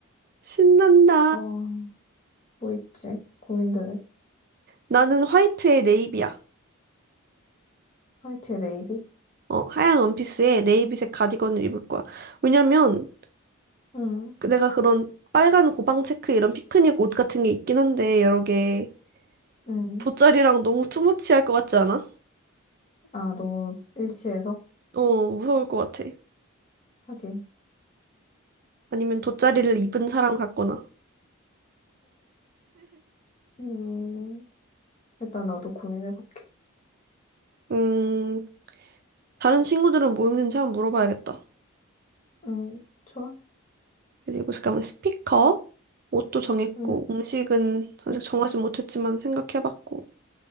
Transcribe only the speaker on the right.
신난다.
나는 화이트에 네이비야.
어, 하얀 원피스에 네이비색 가디건을 입을 거야. 왜냐면
그 내가 그런 빨간 고방 체크 이런 피크닉 옷 같은 게 있긴 한데 여러 개
돗자리랑 너무 투머치할 것 같지 않아?
어, 무서울 것 같아.
아니면 돗자리를 입은 사람 같거나.
음, 다른 친구들은 뭐 입는지 한번 물어봐야겠다.
그리고 잠깐만 스피커, 옷도 정했고,
음식은 아직
정하지 못했지만 생각해봤고.